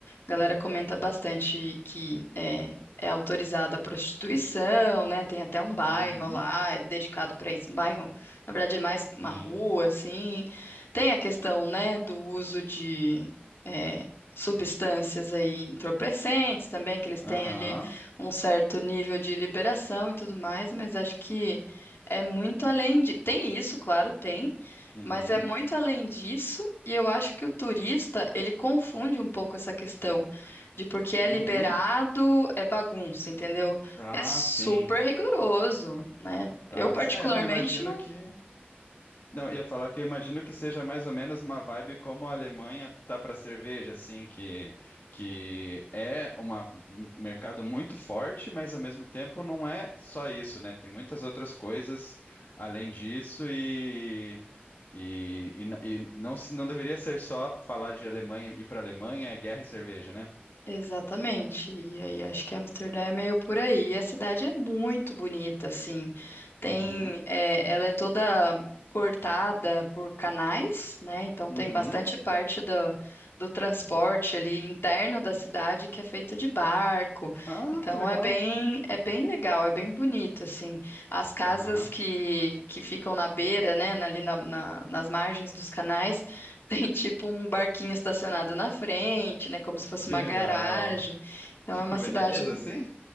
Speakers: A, on the left; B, on the left.
A: a galera comenta bastante que é, é autorizada a prostituição, né? Tem até um bairro
B: Uhum,
A: lá, é dedicado para isso, um bairro, na verdade, é mais
B: sim.
A: uma rua, assim. Tem a questão, né, do uso de é, substâncias aí entorpecentes também, que eles
B: Aham.
A: têm ali um certo nível de liberação e tudo mais, mas acho que é muito além de. Tem isso, claro, tem,
B: Uhum,
A: mas é muito além disso, e eu acho que o turista, ele confunde um pouco essa questão de porque é
B: uhum.
A: liberado, é bagunça, entendeu?
B: Ah,
A: É super
B: sim.
A: rigoroso, né?
B: Ah,
A: Eu, particularmente,
B: sim. É, não, imagino que. Não, eu ia falar que eu imagino que seja mais ou menos uma vibe como a Alemanha tá para cerveja, assim, que, que é uma- um mercado muito forte, mas ao mesmo tempo não é só isso, né? Tem muitas outras coisas além disso e. E, e não, e não se- não deveria ser só falar de Alemanha, ir para Alemanha, é guerra e cerveja, né?
A: Exatamente. E aí acho que Amsterdã é meio por aí. E a cidade é muito bonita, assim. Tem,
B: Uhum,
A: é, ela é toda cortada por canais, né? Então
B: uhum.
A: tem bastante parte do, do transporte ali interno da cidade que é feita de barco.
B: Ah,
A: Então
B: que legal.
A: é bem, é bem legal, é bem bonito, assim. As casas
B: Aham.
A: que, que ficam na beira, né? na- Ali na, na- nas margens dos canais. <laughs> Tem tipo um barquinho estacionado na frente, né? Como se fosse
B: Que
A: uma
B: legal.
A: garagem. Então
B: Tipo
A: é uma
B: Veneza,
A: cidade
B: assim?